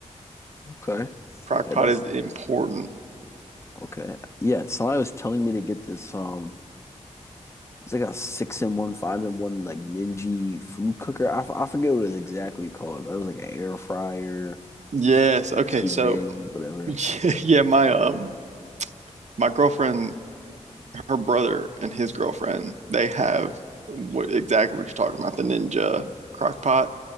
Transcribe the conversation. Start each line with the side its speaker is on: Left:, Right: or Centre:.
Left: Okay.
Right: crock
Left: Okay,
Right: pot
Left: that's
Right: is important.
Left: okay. Yeah, somebody was telling me to get this um, it's like a six in one, five in one, like Ninja food cooker. I, f- I forget what it's exactly called, but it was like an air fryer,
Right: Yes. Okay.
Left: sous
Right: So
Left: vide, whatever.
Right: <laughs> yeah, my um my girlfriend, her brother and his girlfriend, they have what exactly what you're talking about, the Ninja crock pot.